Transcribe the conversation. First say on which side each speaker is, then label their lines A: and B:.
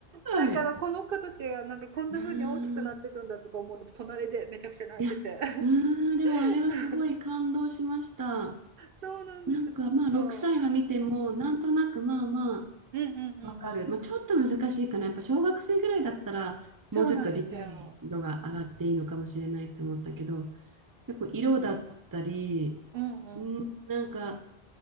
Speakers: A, on the right (about 65°); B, on the right (about 25°).
A: なんかあのこの子たちがなんかこんな風に大きくなっていくんだとか思うと、
B: ごい。うーん。
A: 隣でめちゃくちゃ泣いてて。
B: いや、うーん、でもあれはすごい感動しました。
A: <laughs> そうなんですよ、
B: なんかまあ、
A: なんか。
B: 6歳が見ても、なんとなくまあまあ、
A: うんうんうんうん。
B: わかる。まあ、ちょっと難しいかな。やっぱ小学生ぐらいだったら、
A: そうなんですよ。
B: もうちょっと理解度が上がっていいのかもしれないと思ったけど、結構色だったり、
A: うんうん。
B: うん、なんか